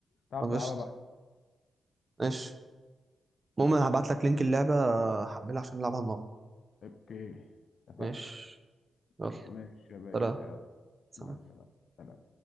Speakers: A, on the left; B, on the right.
A: تعرف
B: قفشت
A: تلعبها بقى
B: ماشي المهم هبعت لك لينك اللعبة هحملها عشان نلعبها النهارده
A: أوكي اتفقنا
B: ماشي يلا
A: ماشي يا باشا
B: سلام
A: يلا
B: سلام.
A: مع السلامة سلام.